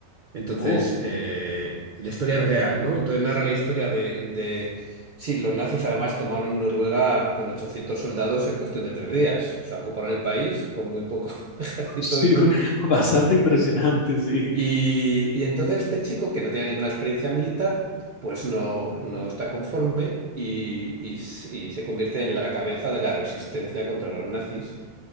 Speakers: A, on the right (about 60°); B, on the left (about 65°).
A: Entonces,
B: Oh,
A: eh, la historia es real, ¿no? Entonces narra la historia de, de... Sí, los nazis además tomaron Noruega
B: mm,
A: con 800 soldados en cuestión de tres días. O sea, ocuparon el país con muy poco <laughs> ejército
B: <laughs> sí,
A: y, pum,
B: bastante impresionante, sí.
A: y, y entonces este chico, que no tenía ninguna experiencia militar, pues no, no está conforme y, y s- y se convierte en la cabeza de la resistencia contra los nazis